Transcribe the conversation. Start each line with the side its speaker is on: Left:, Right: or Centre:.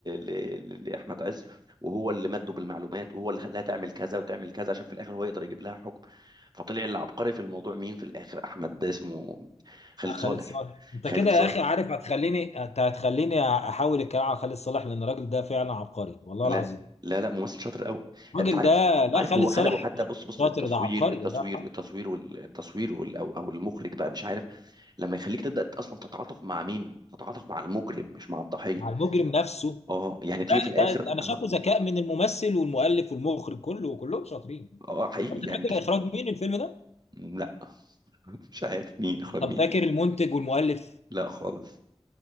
Right: ل... لاحمد عز وهو اللي مده بالمعلومات وهو اللي خلاها تعمل كذا وتعمل كذا عشان في الاخر هو يقدر يجيب لها حكم فطلع العبقري في الموضوع مين في الاخر احمد ده اسمه خالد
Left: آه، خالد
Right: صالح
Left: صالح انت
Right: خالد
Left: كده يا
Right: صالح
Left: اخي عارف هتخليني انت هتخليني احاول الكلام على خالد صالح لان الراجل ده فعلا عبقري والله
Right: لا
Left: العظيم
Right: لا لا ممثل شاطر قوي
Left: الراجل
Right: انت عارف
Left: ده لا
Right: عارف
Left: خالد
Right: هو خلقه
Left: صالح
Right: حتى
Left: مش
Right: بص بص
Left: شاطر
Right: التصوير
Left: ده عبقري
Right: التصوير
Left: الله يرحمه
Right: التصوير والتصوير وال... او أو المخرج بقى مش عارف لما يخليك تبدا اصلا تتعاطف مع مين تتعاطف مع المجرم مش مع الضحيه
Left: مع المجرم نفسه
Right: اه يعني
Left: ده
Right: تيجي في الاخر
Left: ده انا شايفه
Right: انا
Left: ذكاء من الممثل والمؤلف والمخرج كله كلهم شاطرين
Right: اه حقيقي
Left: طب انت
Right: يعني
Left: فاكر
Right: انت ش-
Left: اخراج مين الفيلم ده؟
Right: لا <laughs> مش عارف مين اخرج
Left: طب
Right: مين
Left: فاكر المنتج والمؤلف؟
Right: لا خالص